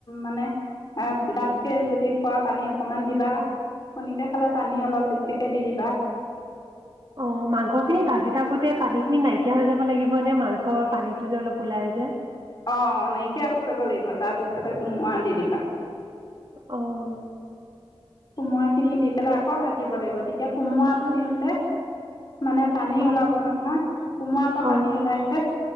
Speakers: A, on the left; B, on the right.
A: মানে ডাঠকে যদি খোৱা পানী অকণমান দিবা কণীকৈ খালে পানী অলপ বেছিকৈ দি দিবা
B: অ মাংসখিনি ভাজি থাকোতে পানী খিনি নাইকিয়া হৈ যাব লাগিব নে মাংসৰ পানীটো যে অলপ ওলাই যে?
A: অ নাইকিয়া হৈ যাব লাগিব তাৰ পিছতে কোমোৰা দি দিবা।
B: আহ
A: কোমোৰাখিনি দি পেলাই আকৌ ভাজি দিব লাগিব তেতিয়া কোমোৰাটো দিওঁতে মানে পানী
B: অঁ
A: ওলাব নহয় কোমোৰাৰ পৰা
B: অঁ
A: পানী ওলাইছে।